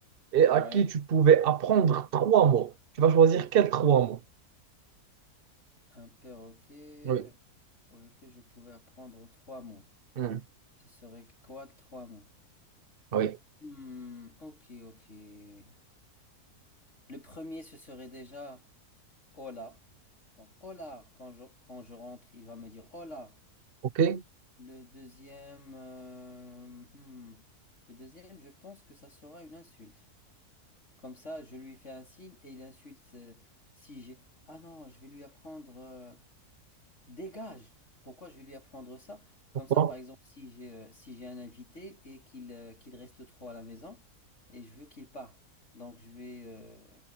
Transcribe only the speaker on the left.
Ouais.
Un perroquet
pour lequel je pouvais apprendre trois mots.
Ce serait quoi trois mots?
Hmm, ok, ok. Le premier, ce serait déjà hola. Donc hola, quand je, quand je rentre, il va me dire hola.
Le deuxième, euh, hmm, le deuxième, je pense que ça sera une insulte. Comme ça, je lui fais un signe et il insulte euh, si j'ai. Ah non, je vais lui apprendre. euh, Dégage! Pourquoi je vais lui apprendre ça? Comme
ça, par Ouais. exemple, si j'ai euh, si j'ai un invité et qu'il euh, qu'il reste trop à la maison et je veux qu'il parte, donc je vais, euh,